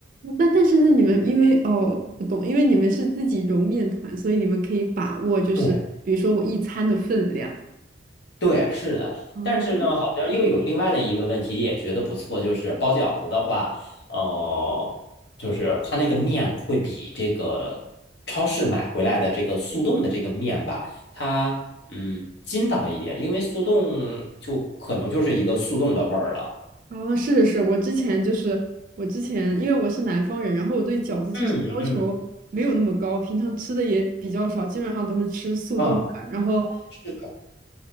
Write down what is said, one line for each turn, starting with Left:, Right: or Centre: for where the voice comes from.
Right: 那但是那你们因为哦，我懂，因为你们是自己揉面团，所以你们可以把握，就是比如说我一餐的分量。
Left: 对对，是的，
Right: 哦，
Left: 但是呢，好像又有另外的一个问题，也觉得不错，就是包饺子的话，呃，就是它那个面会比这个超市买回来的这个速冻的这个面吧，它嗯筋道一点，因为速冻就可能就是一个速冻的味儿了。
Right: 哦，是是是，我之前就是我之前，因为我是南方人，然后我对饺子其实要求没有那么高，
Left: 嗯嗯，
Right: 平常吃的也比较少，基本上都是吃速冻的。
Left: 啊，
Right: 然后
Left: 是的，